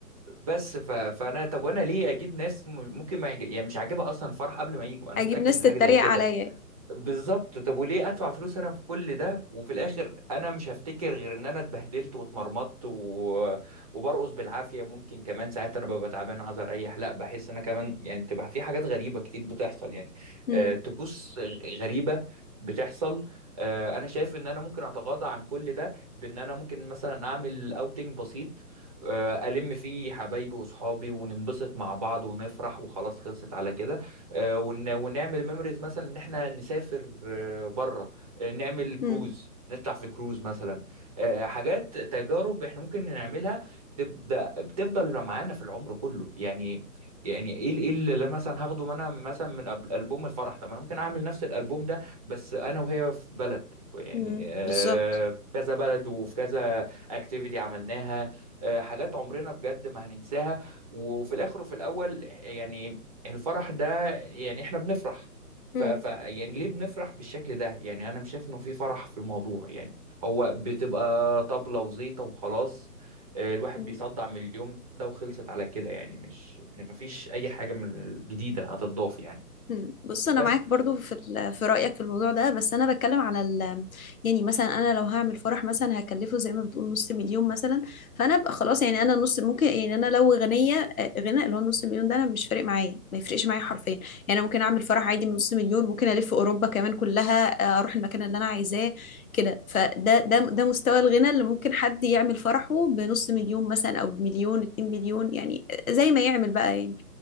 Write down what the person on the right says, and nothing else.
بس ف... فانا طب وانا ليه اجيب ناس م- ممكن ما يج... يعني مش عاجبها اصلا الفرح قبل ما يجوا انا
متاكد
من
حاجه زي كده
بالظبط طب وليه ادفع فلوس انا في كل ده وفي الاخر انا مش هفتكر غير ان انا اتبهدلت واتمرمطت و... وبرقص بالعافيه ممكن كمان ساعات انا ببقى تعبان عايز اريح لا بحس ان انا كمان يعني بتبقى في حاجات غريبه كتير بتحصل يعني
آه، طقوس غريبه بتحصل آه، انا شايف ان انا ممكن اتغاضى عن كل ده بان انا ممكن مثلا اعمل اوتنج بسيط آه، الم فيه حبايبي واصحابي وننبسط مع بعض ونفرح وخلاص خلصت على كده آه، ون- ونعمل ميموريز مثلا ان احنا نسافر آه، بره آه، نعمل كروز
نطلع في كروز مثلا آه، حاجات تجارب احنا ممكن نعملها تبدا بتفضل معانا في العمر كله يعني يعني ايه ايه اللي مثلا هاخده انا مثلا من أب- البوم الفرح طب انا ممكن اعمل نفس الالبوم ده بس انا وهي في بلد يعني
آه،
في كذا بلد وفي كذا اكتيفيتي عملناها آه، حاجات عمرنا بجد ما هننساها وفي الاخر وفي الاول يعني الفرح ده يعني احنا بنفرح ف...
ف يعني ليه بنفرح بالشكل ده يعني انا مش شايف انه في فرح في الموضوع يعني هو بتبقى طبلة وزيطة وخلاص آه، الواحد
بيصدع من اليوم ده وخلصت على كده يعني مش مفيش اي حاجة من الجديدة هتضاف يعني
بس